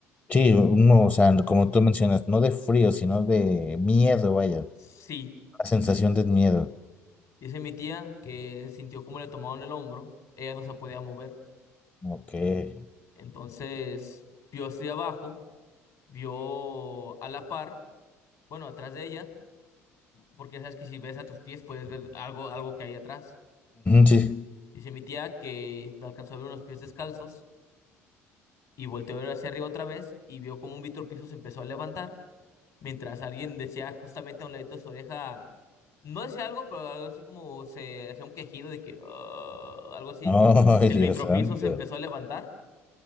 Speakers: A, on the left; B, on the left.
A: Sí, no, o sea, como tú mencionas, no de frío, sino de miedo, vaya.
B: Sí,
A: La sensación de miedo.
B: Dice mi tía que sintió como le tomaron el hombro, ella no se podía mover.
A: Ok. Ujú,
B: Entonces vio hacia abajo, vio a la par, bueno, atrás de ella, porque ya sabes que si ves a tus pies puedes ver algo, algo que hay atrás.
A: sí.
B: Dice mi tía que alcanzó a ver unos pies descalzos y volteó a ver hacia arriba otra vez y vio como un Víctor Piso se empezó a levantar, mientras alguien decía justamente a un ladito de su oreja, no decía algo, pero algo así como se hacía un quejido de que "Ah", algo así.
A: Oh, <laughs> Ay,
B: El
A: Dios
B: vitropiso
A: santo.
B: se empezó a levantar